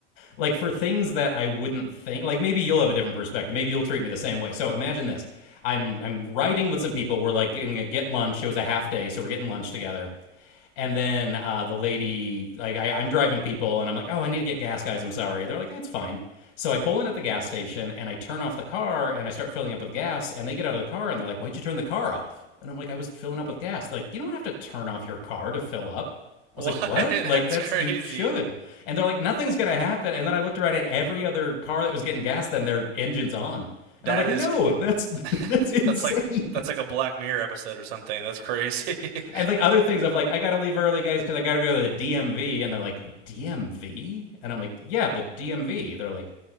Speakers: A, on the left; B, on the right.
A: like for things that I wouldn't think. Like maybe you'll have a different perspective. Maybe you'll treat me the same way. So imagine this: I'm I'm riding with some people. We're like gonna get lunch. It was a half day, so we're getting lunch together and then uh, the lady, like, I, I'm driving people and I'm like, oh, I need to get gas, guys. I'm sorry. They're like, that's fine. So I pull in at the gas station and I turn off the car and I start filling up with gas. And they get out of the car and they're like, why'd you turn the car off? And I'm like, I was filling up with gas. They're like, you don't have to turn off your car to fill up. I
B: What?
A: was like, what?
B: <laughs> That's
A: Like, that's,
B: crazy.
A: you should. And they're like, nothing's going to happen. And then I looked around at every other car that was getting gas, then their engine's on.
B: That
A: And I'm like,
B: is
A: no, that's <laughs>
B: <laughs>
A: that's insane.
B: that's like that's like a Black Mirror episode or something. That's crazy.
A: And like other things of like, I gotta leave early, guys, because I gotta go to the DMV. And they're like, DMV? And I'm like, yeah, the DMV. They're like,